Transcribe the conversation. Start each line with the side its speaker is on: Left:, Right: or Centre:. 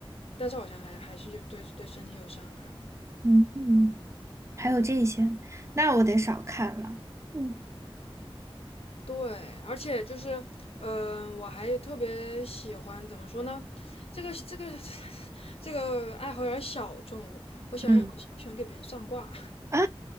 Left: 但是好像还还是有对对身体有伤害。
Right: 嗯嗯，还有这些，
Left: 嗯，
Right: 那我得少看了。嗯
Left: 对，而且就是，嗯、我还特别喜欢怎么说呢？这个这个 <laughs> 这个爱好有点小众，我我喜欢我喜欢给别人算卦。
Right: 嗯啊，